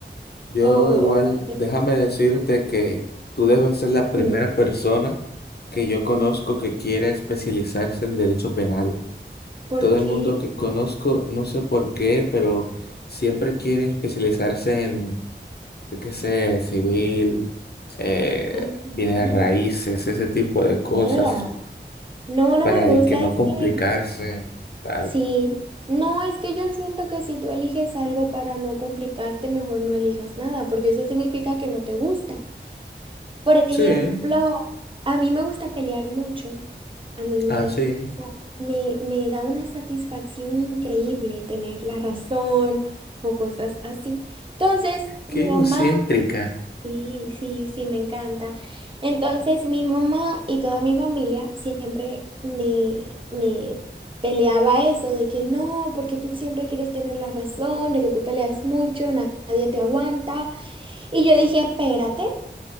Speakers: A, on the left; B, on the right.
A: Yo
B: O,
A: igual,
B: o-
A: déjame decirte que tú debes ser la primera
B: <laughs>
A: persona que yo conozco
B: Ujú.
A: que quiera especializarse en derecho penal.
B: ¿Por
A: Todo
B: qué?
A: el mundo que conozco, no sé por qué, pero siempre quiere especializarse en yo qué sé, civil, eh,
B: Ay,
A: bienes
B: no,
A: raíces, ese tipo de cosas,
B: ugh. No, no
A: para
B: me gusta.
A: de que no
B: Es que
A: complicarse, tal.
B: sí. No, es que yo siento que si tú eliges algo para no complicarte, mejor no elijas nada, porque eso significa que no te gusta. Por ejemplo,
A: Sí,
B: a mí me gusta pelear mucho. A mí me,
A: así.
B: o sea, me, me da una satisfacción increíble tener la razón o cosas así. Entonces, mi
A: Qué
B: mamá
A: egocéntrica.
B: Sí, sí, sí, me encanta. Entonces, mi mamá y toda mi familia siempre me, me peleaba eso de que no, porque tú siempre quieres tener la razón, de que tú peleas mucho, na- nadie te aguanta. Y yo dije, espérate,